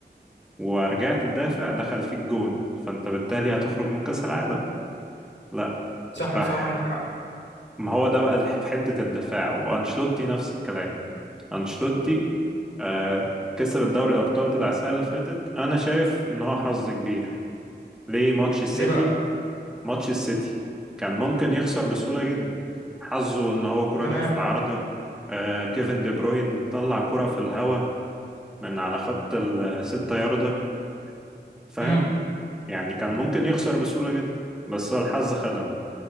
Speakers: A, in the centre; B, on the left.
A: ورجعت تدافع دخل فيك جون فانت بالتالي هتخرج من كأس العالم لا
B: صح
A: راح
B: بصراحة عندك حق
A: ما هو ده بقى في حتة الدفاع وانشلوتي نفس الكلام انشلوتي آه، كسب الدوري الأبطال بتاع السنة اللي فاتت أنا شايف إن هو حظ كبير ليه ماتش السيتي
B: ليه بقى
A: ماتش السيتي كان ممكن يخسر بسهولة جدا حظه ان هو كرة
B: تمام
A: جت في العارضة آه كيفن دي بروين طلع كرة في الهوا من على خط الستة ياردة فاهم
B: امم
A: يعني كان ممكن يخسر بسهولة جدا بس هو الحظ خدمه